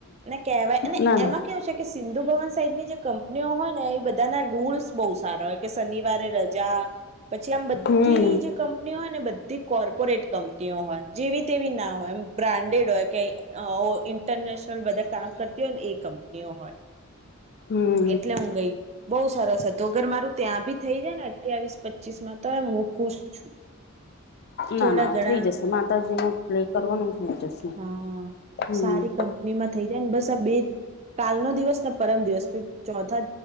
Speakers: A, on the right (about 30°); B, on the left (about 50°).
A: એને કેહવાય અને
B: ના
A: એમાં
B: ના
A: કેવું છે કે સિંધુભવન સાઈડની જે કંપનીઓ હોય ને એ બધાના રૂલ્સ બહુ સારા હોય કે શનિવારે રજા. પછી આમ બધી
B: હમ
A: જે કંપનીઓ હોય ને બધી કોર્પોરેટ કંપનીઓ હોય જેવી તેવી ના હોય એમ બ્રાન્ડેડ હોય કે અ ઓ ઇન્ટરનેશનલ બધાં કામ કરતી હોય ને એ કંપનીઓ હોય.
B: હમ.
A: એટલે હું ગઈ, બહુ સરસ હતું અગર મારું ત્યાં ભી થઈ જાયને અઠ્યાવીસ પચીસમાં તોય હું ખુશ છું. થોડા
B: ના ના
A: ઘણા
B: થઈ જશે માતાજીનો પ્લે કરવાનું થઇ જશે.
A: હા
B: હમ
A: સારી કંપનીમાં થઇ જાય ને બસ આ બે કાલનો દિવસને પરમ દિવસ પહિ ચોથા